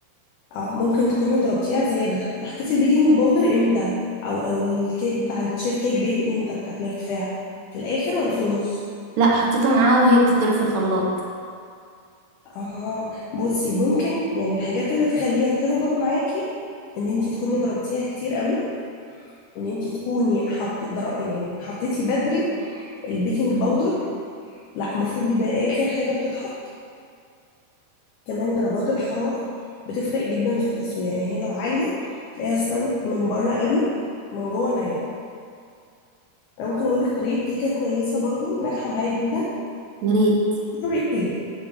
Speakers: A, on the left; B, on the right.
A: اه ممكن تكوني ضربتيها زيادة طب حطيتي البيكنج باودر امتى او او الكيك بتاع الشيف كيك ديت امتى بتاعت الارتفاع في الاخر ولا في النص
B: لا حطيته معاها وهي بتضرب في الخلاط
A: اها بصي ممكن يعني الحاجات اللي تخليها تهبط معاكي ان انت تكوني ضربتيها كتير قوي ان انت تكوني حط در... يعني حطيتي بدري البيكنج باودر لا المفروض بيبقى اخر حاجة بتتحط كمان درجات الحرارة بتفرق جدا في التسوية يعني هي لو عالية تلاقيها استوت من بره قوي من جوه نية انا ممكن اقول لك طريقه كيكه كويسه برضو ناجحه معايا جدا
B: يا ريت
A: في طريقتين